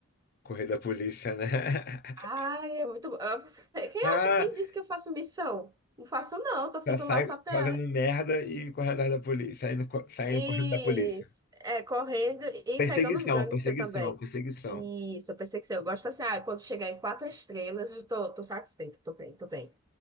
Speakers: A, on the left (about 45°); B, on the right (about 15°).
A: Correr da polícia, né? <laughs>
B: Ai, é muito bom. Eu- Quem
A: Ah,
B: acha, quem disse que eu faço missão? Não faço não, só fico
A: já sai
B: lá só pra
A: fazendo merda e correndo atrás da polícia, saindo, co- saindo
B: E
A: correndo da polícia.
B: é, correndo e
A: Perseguição,
B: pegando os gangsters
A: perseguição,
B: também.
A: perseguição.
B: Isso, eu pensei que sim. Eu gosto assim, ah, quando chegar em quatro estrelas, eu tô, tô satisfeita, tô bem, tô bem.